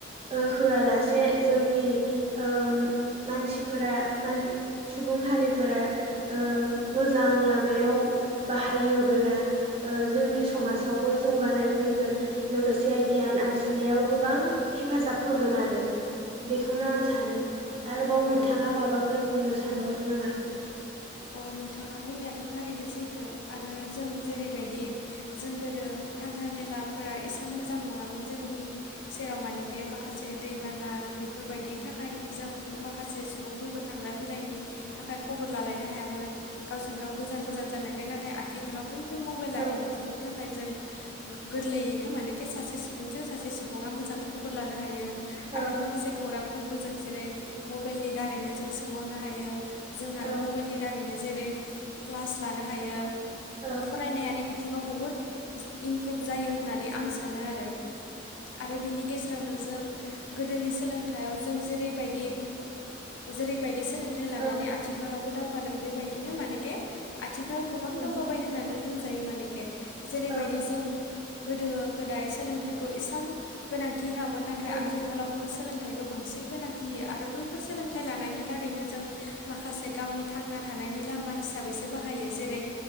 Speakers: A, on the right; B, on the left.
A: ओ होआलासे जोंनि उम मानसिफोरा मान सुबुं सुबुं हारिफोरा ओ मोजां लामायाव बाहायोबोला ओ जोंनि समाजावबो
B: औ
A: जौगानाय फैगोन लोगोसे गियान आरजिनायाव गोबां हेफाजाब होगोन आरो बेखौनो आं सानो आरोबाव नोंथाङा
B: औ
A: माबाफोर। बुंनो सानबावदों नामा?
B: अ नोंथाङा बुंनायाथ' थारैनो सैथो आरो जों जेरैबायदि जों गोदो हान्था मेलाफोरा एसां मोजां नङामोन जोंनि सेराव मानेके माखासे दैबाना। बेफोरबायदि थाखायनि जों माखासे सुबुंफोरखौ थांलाय फैलायनि थाखाय खबर लालायनो हाया। हायामोन गावजों गाव गोजान गोजान
A: औ
B: जानायखाय नाथाय आथिखालाव बैफोर मबेलारि
A: औ
B: बिथिंनि थाखाय। थाखाय जों गोरलैयैनो मानेके सासे सुबुंजों सासे सुबुङा मोजाङै खबर लानो हायो।
A: औ
B: आरो माखासे खौरांफोरखौ जों जेरै मबेलनि दारैनो जों सोंहरनो हायो। जों आरो
A: औ
B: मबेलनि दारैनो जेरै क्लास लानो हायो
A: औ
B: फरायनायारि बिथिं थिङाव बुहुत इमप्रुभ जायो होननानै आं सानो आरो आरो बिनि गेजेरावनो जों गोदोनि सोलोंथाइयाव जों जेरै बायदि जेरै बायदि सो सोलोंथाइ लानानै
A: औ
B: आथिखालावबो दावगादों बेबायदिनो मानेके आथिखालाव गोबां
A: औ
B: दावगाबाय होननानै बुंजायो मानेके जेरैबायदि
A: औ
B: जों गोदो गोदाय सोलोंथाइखौ इसां गोनांथि होआमोन नाथाय
A: औ
B: आथिखालावबो सो सोलोंथाइखो बांसिन गोनांथि आरो बैफोर सोलोंथाइ लानायनि दारैनो जों माखासे गावनि थांना थानायनि लामा हिसाबैसो बाहायो जेरै